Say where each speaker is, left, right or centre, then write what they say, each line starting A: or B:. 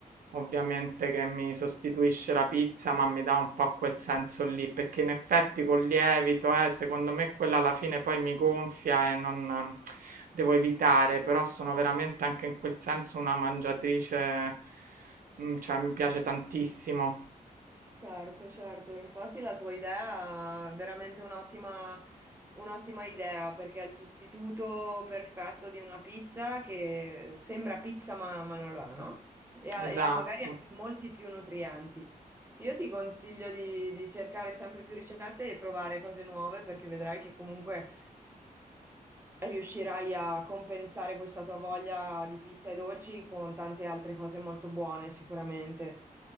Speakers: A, on the right; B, on the right.
A: Ovviamente che mi sostituisce la pizza, ma mi dà un po' quel senso lì, perché in effetti col lievito, eh, secondo me quella alla fine poi mi gonfia e non devo evitare, però sono veramente anche in quel senso una mangiatrice, mm, cioè mi piace tantissimo.
B: Certo, certo, infatti la tua idea è veramente un'ottima un'ottima idea perché è il sostituto perfetto di una pizza che sembra pizza ma, ma non lo è, no? E ha,
A: Esatto.
B: e ha magari anche molti più nutrienti. Sì, io ti consiglio di, di cercare sempre più ricette e provare cose nuove perché vedrai che comunque riuscirai a compensare questa tua voglia di pizza e dolci con tante altre cose molto buone, sicuramente.